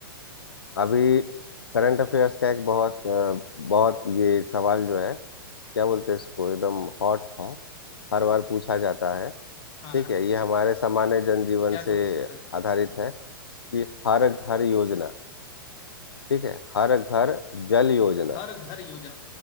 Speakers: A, on the left; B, on the left.
A: अभी करंट अफेयर्स का एक बहुत अ, बहुत ये सवाल जो है क्या बोलते हैं इसको एकदम हॉट था हर बार पूछा जाता है ठीक
B: हाँ
A: है
B: जी बोलिए
A: ये हमारे सामान्य जनजीवन
B: क्या क्वेश्चन
A: से
B: है
A: आधारित है कि हर घर योजना ठीक है हर घर जल योजना
B: हर घर योजना